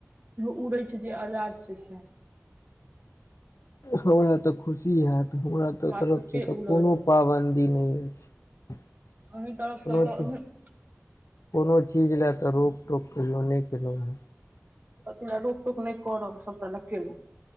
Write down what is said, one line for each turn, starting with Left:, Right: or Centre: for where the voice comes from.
Right: यौ उड़ै छै जे अजाद छै सएह
Left: हमरा तऽ खुशी हएत हमरा तऽ
Right: सबके
Left: तरफसँ
Right: के
Left: तऽ
Right: उड़ऽ
Left: कोनो
Right: देत
Left: पाबन्दी नै अछि
Right: अही तरफसँ
Left: कोनो
Right: त उहूँक
Left: चीज कोनो चीज लए तऽ रोकटोक कहियो नै केलौ हेँ
Right: अथी लए रोक टोक नै करब सबटा लए केलौं